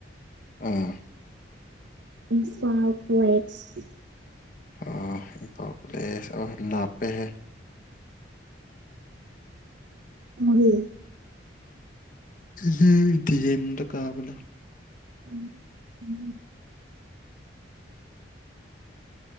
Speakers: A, on the left (about 45°); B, on the right (about 70°).
A: ꯎꯝ
B: ꯏꯝꯐꯥꯜ ꯀ꯭ꯋꯦꯠꯁ
A: ꯑꯣ ꯏꯝꯐꯣꯜ ꯀꯣꯂꯦꯁ ꯑꯣ ꯂꯥꯞꯄꯦꯍꯦ
B: ꯃꯨꯔꯦ
A: ꯗꯤ ꯗꯤꯖꯃꯗ ꯀꯥꯕꯅꯦ
B: ꯑꯣ ꯎꯝ